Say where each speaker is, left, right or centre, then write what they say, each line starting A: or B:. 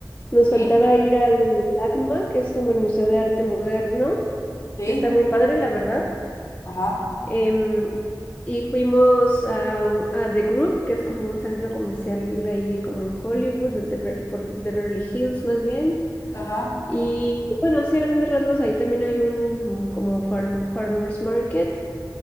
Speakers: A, on the left (about 20°); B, on the left (about 40°).
A: Nos
B: sí,
A: faltaba ir al LACMA, que es como el Museo de Arte Moderno,
B: sí.
A: que está muy padre, la verdad.
B: Ajá,
A: Em, y fuimos a, un- a The Groove, que es como un centro comercial ahí como en Hollywood, de Be- por Beverly Hills más bien.
B: ajá,
A: Y bueno, así a grandes rasgos, ahí también hay un mm, como far- farmers market.